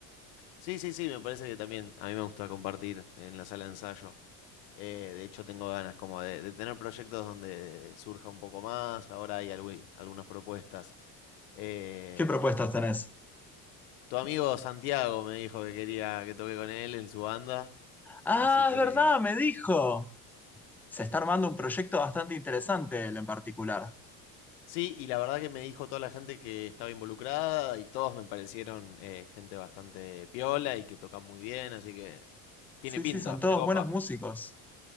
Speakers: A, on the left; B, in the centre.
A: Sí, sí, sí, me parece que también a mí me gusta compartir en la sala de ensayo. Eh, de hecho, tengo ganas como de, de tener proyectos donde surja un poco más. Ahora hay algu- algunas propuestas. Eh,
B: ¿Qué propuestas tenés?
A: tu amigo Santiago me dijo que quería que toque con él en su banda,
B: Ah,
A: así que...
B: es verdad, me dijo. Se está armando un proyecto bastante interesante, él en particular.
A: Sí, y la verdad que me dijo toda la gente que estaba involucrada y todos me parecieron eh, gente bastante piola y que toca muy bien, así que tiene
B: Sí,
A: pinta,
B: sí, son todos
A: me copa.
B: buenos músicos.